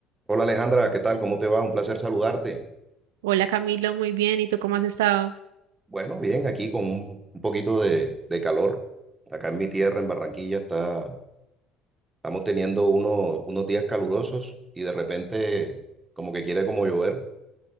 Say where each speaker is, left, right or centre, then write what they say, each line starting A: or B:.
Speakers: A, on the right; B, on the right.
A: Hola Alejandra, ¿qué tal? ¿Cómo te va? Un placer saludarte.
B: Hola Camilo, muy bien. ¿Y tú cómo has estado?
A: Bueno, bien, aquí con un, un poquito de, de calor. Acá en mi tierra, en Barranquilla, está, estamos teniendo uno- unos días calurosos y de repente como que quiere como llover,